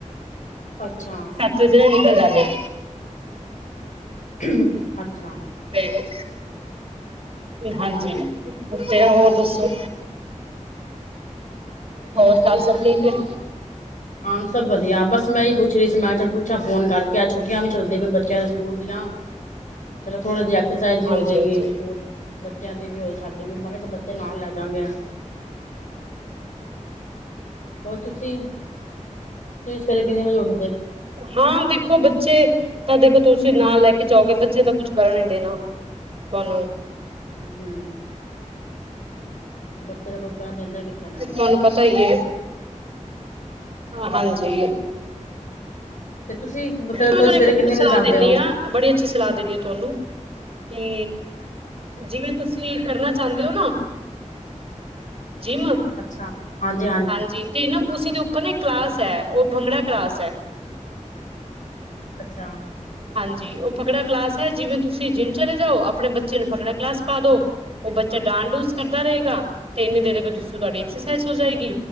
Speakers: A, on the left; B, on the right.
A: ਅੱਛਾ।
B: ਸੱਤ ਵਜੇ ਨਾਲ ਨਿਕਲ ਜਾਣੇ ਹੋ।
A: ਹੂੰ ਅੱਛਾ।
B: ਤੇ, ਹਾਂਜੀ। ਉੱਥੇ ਆ ਹੋਰ ਦੱਸੋ। ਹੋਰ
A: ਅੱਛਾ
B: ਘਰ ਸਭ ਠੀਕ ਹੈ।
A: ਆਮ ਸਭ ਵਧੀਆ ਬਸ ਮੈਂ ਇਹ ਪੁੱਛ ਰਹੀ ਸੀ। ਮੈਂ ਚਲ ਪੁੱਛਾਂ ਫੋਨ ਕਰਕੇ ਆ ਛੁੱਟੀਆਂ ਵੀ ਚੱਲਦਿਆ ਪਈਆ ਬੱਚਿਆਂ ਦੇ ਸਕੂਲ ਦੀਆਂ ਚਲੋ ਥੋੜੇ ਜਿਹੇ ਐਕਸਰਸਾਈਜ਼
B: ਹਾਂਜੀ
A: ਹੋ ਜਾਏਗੀ।
B: ਹਾਂਜੀ
A: ਸਕੂਲ ਬੱਚਿਆਂ ਦੀ ਵੀ ਹੋ। ਸਾਡੇ ਵੀ ਮੈਂ ਕਿਹਾ ਬੱਚੇ ਨਾਲ ਲੈ ਜਾਂਗੇ ਆ। ਹੋਰ ਤੁਸੀਂ, ਤੁਸੀਂ ਸਵੇਰੇ ਕਿੰਨੇ ਵਜੇ ਉਠ
B: ਹਾਂ, ਦੇਖੋ ਬੱਚੇ ਤਾਂ ਦੇਖੋ ਤੁਸੀਂ ਨਾਲ ਲੈ ਕੇ ਜਾਓਗੇ। ਬੱਚੇ ਤਾਂ ਕੁਛ ਕਰਨ ਨੀ ਦੇਣਾ। ਤੁਹਾਨੂੰ
A: ਹੂੰ। ਬੱਚੇ ਦਾ ਕੁੱਛ ਕਰਨ ਦਿੰਦਾ। ਕਿੱਥੇ ਨੇ
B: ਤੇ ਤੁਹਾਨੂੰ ਪਤਾ ਹੀ ਹੈ। ਹਾਂਜੀ।
A: ਤੇ ਤੁਸੀਂ ਮਤਲਬ
B: ਮੈਂ ਤੁਹਾਨੂੰ
A: ਕ ਸਵੇਰੇ
B: ਇੱਕ
A: ਕਿੰਨੇ ਵਜੇ
B: ਸਲਾਹ
A: ਜਾਂਦੇ
B: ਦਿੰਦੀ
A: ਹੋ
B: ਹਾਂ। ਬੜੀ ਅੱਛੀ ਸਲਾਹ ਦੇਦੀ ਆ ਤੁਹਾਨੂੰ ਕਿ, ਜਿਵੇਂ ਤੁਸੀਂ ਕਰਨਾ ਚਾਹੁੰਦੇ ਹੋ ਨਾ ਜਿਮ,
A: ਅੱਛਾ ਹਾਂਜੀ
B: ਹਾਂਜੀ ਤੇ ਨਾ ਉਸ ਦੇ ਉੱਪਰ ਨਾ ਇੱਕ ਕਲਾਸ ਹੈ ਉਹ ਭੰਗੜਾ ਕਲਾਸ ਐ।
A: ਅੱਛਾ,
B: ਜੀ ਉਹ ਫਗੜਾ ਕਲਾਸ ਹੈ ਜਿਵੇਂ ਤੁਸੀਂ ਜਿੰਮ ਚਲੇ ਜਾਓ ਆਪਣੇ ਬੱਚੇ ਨੂੰ ਫਕੜਾ ਕਲਾਸ ਪਾ ਦਉ ਉਹ ਬੱਚਾ ਡਾਂਡ ਡੂਸ ਕਰਦਾ ਰਹੇਗਾ ਤੇ ਇੰਨੀ ਦੇਰ ਅ ਤੁਹਾਡੀ ਐਕਸਰਸਾਈਜ਼ ਹੋ ਜਾਏਗੀ